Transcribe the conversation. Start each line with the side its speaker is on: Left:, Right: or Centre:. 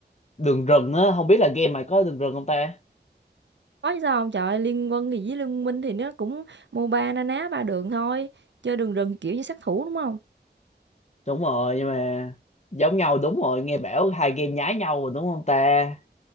Left: đường rừng á, không biết là game mày có đường rừng không ta?
Right: Có chứ sao không? Trời ơi, Liên Quân thì với Liên Minh thì nó cũng MOBA na ná ba đường thôi. Chơi đường rừng kiểu như sát thủ đúng không?
Left: Đúng rồi, nhưng mà giống nhau đúng rồi, nghe bảo hai game nhái nhau rồi đúng không ta?